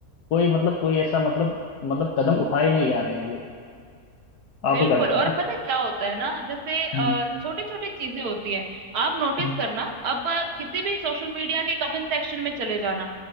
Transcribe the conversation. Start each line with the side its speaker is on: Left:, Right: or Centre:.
Left: कोई मतलब कोई ऐसा मतलब मतलब कदम उठाए नहीं जा रहे हैं अभी आपको
Right: बिल्कुल
Left: क्या लगता
Right: और
Left: है
Right: पता है क्या होता है ना जैसे
Left: हम्म
Right: छोटी छोटी चीजें होती हैं आप नोटिस
Left: हम्म
Right: करना अब अ, किसी भी सोशल मीडिया के कमेंट सेक्शन में चले जाना